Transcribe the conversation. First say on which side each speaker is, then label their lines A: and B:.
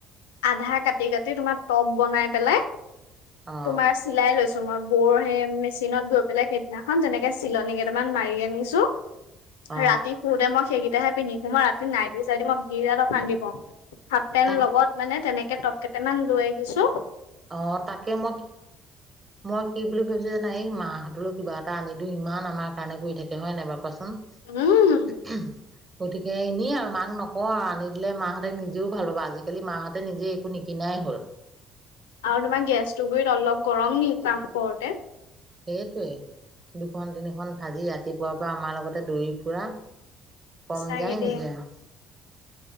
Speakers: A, on the left; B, on the right.
A: আধা কাটি, কাটি তোমাৰ টপ বনাই পেলাই
B: অ
A: তোমাৰ চিলাই লৈছোঁ। তোমাৰ বৌৰ সেই মেচিনত গৈ পেলাই সেইদিনাখন তেনেকে চিলনী কেইটামান মাৰি আনিছোঁ।
B: অ
A: ৰাতি শোতে মই সেইকেই তেতিয়াহে পিন্ধি শুও। মই ৰাতি নাইটি চাইটি মই বিৰাত অশান্তি পাওঁ। হাফ পেন্ট
B: তাক
A: লগত মানে, তেনেকে টপ কেইটামান লৈ আনিছোঁ।
B: অ' তাকে মই, মই কি বুলি ভাবিছোঁ জানা! এই মাহঁতলেও কিবা এটা আনি দিও, ইমান আমাৰ কাৰণে কৰি থাকে হয় নাই বাৰু কোৱাচোন। ন'
A: উম
B: হু! গতিকে, এনেই আৰু মাক নকওঁ আৰু আনি দিলে মাহঁতে নিজেও ভাল পাব। আজিকালি মাহঁতে নিজে একো নিকিনাই হ'ল।
A: আৰু তোমাৰ গেছটো গুৰিত অলপ গৰম নি কাম কৰোঁতে।
B: সেইটোৱেই দুখন তিনিখন ভাজি ৰাতিপুৱাৰ পৰা আমাৰ লগতে দৌৰি ফুৰা কম
A: চাগে
B: যায়
A: দেই
B: নেকি অ'।